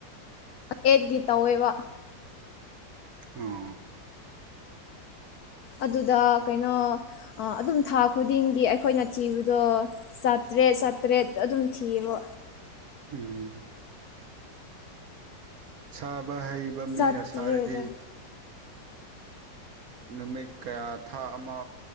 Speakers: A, on the left; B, on the right.
A: ꯑꯦꯠꯀꯤ ꯇꯧꯋꯦꯕ
B: ꯑ
A: ꯑꯗꯨꯗ ꯀꯩꯅꯣ ꯑꯗꯨꯝ ꯊꯥ ꯈꯨꯗꯤꯡꯒꯤ ꯑꯩꯈꯣꯏꯅ ꯊꯤꯕꯗꯣ ꯆ ꯆꯥꯇ꯭ꯔꯦꯠ ꯆꯥꯇ꯭ꯔꯦꯠ ꯑꯗꯨꯝ ꯊꯤꯌꯦꯕ
B: ꯎꯝ ꯁꯕ ꯕ ꯍꯩꯕ ꯃꯤꯅ
A: ꯆꯥꯇ꯭ꯔꯦꯠꯔ
B: ꯁꯥꯔꯗꯤ ꯅꯨꯃꯤꯠ ꯀꯌꯥ ꯊꯥ ꯑꯃ